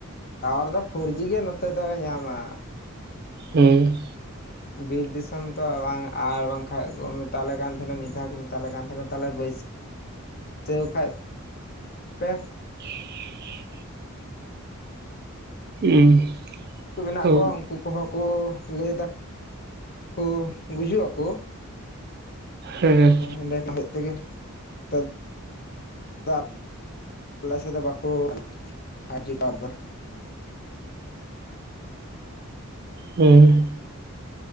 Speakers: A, on the left; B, on the right.
A: ᱴᱟᱣᱟᱨ ᱫᱚ ᱯᱷᱳᱨᱡᱤ ᱜᱮ ᱱᱚᱛᱮ ᱫᱚᱭ ᱧᱟᱢᱟ᱾
B: ᱦᱩᱸ,
A: ᱵᱤᱨ ᱫᱤᱥᱚᱢ ᱛᱚ ᱵᱟᱝ ᱟᱨ ᱵᱟᱝᱠᱷᱟᱡ ᱠᱚ ᱢᱮᱛᱟᱞᱮ ᱠᱟᱱ ᱛᱟᱦᱮᱸᱱᱟ, ᱢᱤᱜ ᱫᱷᱟᱣ ᱠᱚ ᱢᱮᱛᱟᱞᱮ ᱠᱟᱱ ᱛᱟᱦᱮᱸᱱᱟ᱾ ᱛᱟᱦᱚᱸᱞᱮ ᱵᱟᱹᱭ ᱥᱟᱹᱣ ᱠᱷᱟᱡ ᱯᱮ,
B: <inaudible> ᱦᱩᱸ,
A: ᱢᱮᱱᱟᱜ
B: ᱛᱚ
A: ᱠᱚᱣᱟ ᱩᱱᱠᱩ ᱠᱚᱦᱚᱸ ᱠᱚ ᱞᱟᱹᱭ ᱫᱟ ᱠᱚ ᱜᱩᱡᱩᱜ ᱟᱠᱚ᱾
B: ᱦᱮᱸ
A: <unintelligible> ᱛᱟᱦᱮᱡ ᱛᱮᱜᱮ ᱱᱮᱛᱟᱨ <unintelligible> ᱟᱞᱮ ᱥᱮᱫ ᱫᱚ ᱵᱟᱠᱚ ᱟᱹᱡᱤᱵᱷᱟᱨ <unintelligible> ᱫᱟ᱾
B: ᱦᱩᱸ,